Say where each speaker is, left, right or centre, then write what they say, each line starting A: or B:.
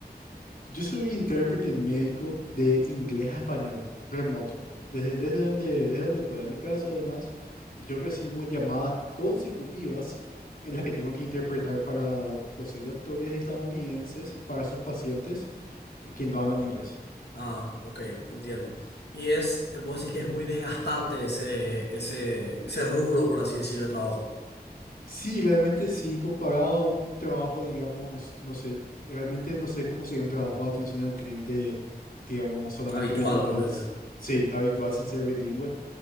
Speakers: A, on the left; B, on the left.
A: Yo soy intérprete médico de inglés a español, remoto. Desde, desde donde, desde donde pueda. En mi caso, además, yo recibo llamadas consecutivas en las que tengo que interpretar para, doce doctores estadounidenses, para sus pacientes eh, que no hablan inglés.
B: Ah, ok, entiendo. Y es, eh, vos decís que es muy desgastante ese, ese, ese rubro, por así decirlo, de trabajo.
A: Sí, realmente sí, comparado a un trabajo, digamos, no sé, realmente no sé cómo sería un trabajo de atención al cliente, digamos, solamente
B: Habitual,
A: en español,
B: ponerle.
A: s- sí, habitual sin ser bilingüe.